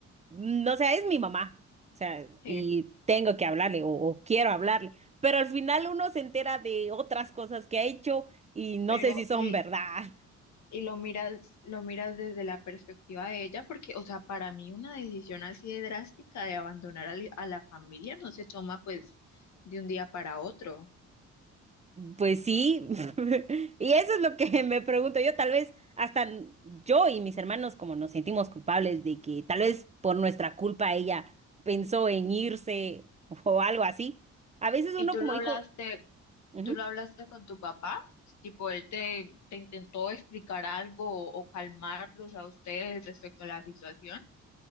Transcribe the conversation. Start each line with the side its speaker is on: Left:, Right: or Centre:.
Right: no sé, es mi mamá, o sea,
Left: Sí,
Right: y tengo que hablarle o, o quiero hablarle, pero al final uno se entera de otras cosas que ha hecho y no
Left: pero
Right: sé si son
Left: y
Right: verdad.
Left: y lo miras, lo miras desde la perspectiva de ella, porque, o sea, para mí una decisión así de drástica de abandonar al- a la familia no se toma pues de un día para otro.
Right: Pues sí, <laughs> y eso es lo que <laughs> me pregunto yo, tal vez hasta n- yo y mis hermanos como nos sentimos culpables de que tal vez por nuestra culpa ella pensó en irse <laughs> o algo así. A veces uno
Left: Y tú
Right: como
Left: lo
Right: hijo
Left: hablaste,
Right: Ujú.
Left: tú lo hablaste con tu papá, tipo, él te, te intentó explicar algo o, o calmarlos a ustedes respecto a la situación.